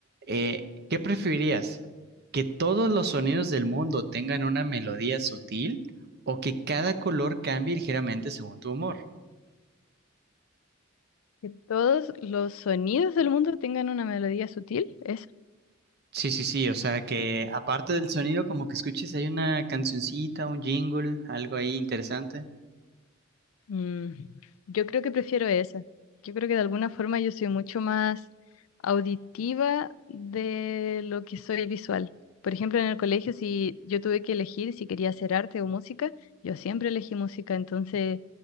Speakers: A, on the right (about 55°); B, on the left (about 85°).
A: eh, ¿qué preferirías? que todos los sonidos del mundo tengan una melodía sutil o que cada color cambie ligeramente según tu humor.
B: Que todos los sonidos del mundo tengan una melodía sutil, es
A: Sí, sí, sí, o sea que aparte del sonido, como que escuches, hay una cancioncita, un jingle, algo ahí interesante.
B: Mm, yo creo que prefiero esa. Yo creo que de alguna forma yo soy mucho más auditiva de lo que soy visual. Por ejemplo, en el colegio, si yo tuve que elegir si quería hacer arte o música, yo siempre elegí música. Entonces,